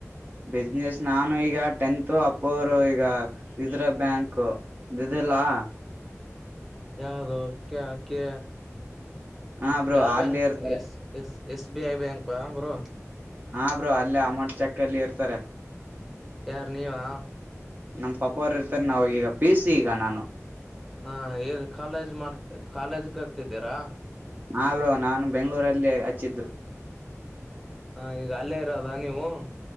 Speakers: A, on the right; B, in the centre.
A: ಬಿಸ್ನೆೆಸ್ ನಾನು ಈಗ ಟೆಂತ್ ಅಪ್ಪ ಅವರು ಈಗ ಇದ್ರ ಬ್ಯಾಂಕ್ ಇದಿದ್ದಿಲ್ಲಾ
B: ಯಾವವುದು ಕೆ
A: ಹಾ ಬ್ರೋ
B: ಯಾವ
A: ಅಲ್ಲಿ
B: ಬ್ಯಾಂಕ್
A: ಇರ್ತಾರ
B: S S S B I bank ಹಾ ಬ್ರೋ
A: ಹಾ ಬ್ರೋ ಅಲ್ಲೇ ಅಮೌಂಟ್ ಚೆಕ್ ಅಲ್ಲಿ ಇರ್ತಾರೆ
B: ಯಾರ ನೀವಾ
A: ನಮ್ ಪಾಪ ಅವರು ಇರ್ತಾರೆ ನಾವ ಈಗ ಪೀಸ ಈಗ ನಾನು
B: ಹಾ ಲ್ಲಿ ಕಾಲೇಜ್ ಮಾಡ ಕಾಲೇಜ್ ಕತಿದ್ದೀರಾ
A: ನರು ನಾನು ಬೆಂಗ್ಳೂರಲ್ಲಿ ಹಚ್ಚಿದ್ದು
B: ಹಾ ಈಗ ಅಲ್ಲೇ ಇರೋದ ನೀವು ಹ್ಮ